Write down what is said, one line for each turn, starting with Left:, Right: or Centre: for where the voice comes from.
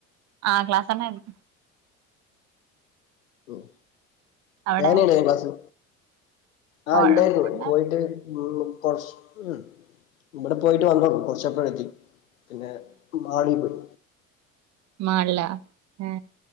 Right: ആ ക്ലാസൊണ്ടായിന്നു
Left: ഉം
Right: അവിടെ
Left: <unintelligible> ക്ലാസ് ആ
Right: കൊഴപ്പുണ്ട
Left: ഇണ്ടായിരുന്നു പോയിട്ട് ഉ കൊറച് ഉം ഇവിടെ പോയിട്ട് വന്നോളൂ കുറച്ചായപ്പോഴെത്തി പിന്നെ മാളി പോയ്
Right: മാള്ലാ ഏ